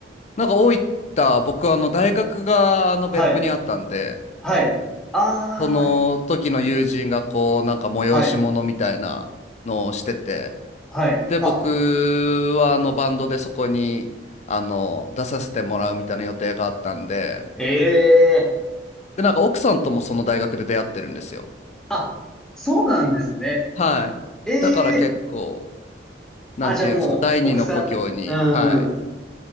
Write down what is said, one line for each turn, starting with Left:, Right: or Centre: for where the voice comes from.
Left: なんか大分、僕あの大学があの別府にあったんで、
Centre: はい、はい。ああ、
Left: その時の友人がこう、なんか催し物みたいなのをしてて、
Centre: はい、はい。
Left: で、僕はあのバンドでそこに、
Centre: あ、
Left: あの、出させてもらうみたいな予定があったんで、
Centre: ええー。
Left: で、なんか奥さんともその大学で出会ってるんですよ。
Centre: あ、そうなんですね。
Left: はい。
Centre: ええー。
Left: だから結構、なんていうんですか、
Centre: あ、じゃあもう、
Left: 第二の故郷に、
Centre: 奥さん、うん。
Left: はい。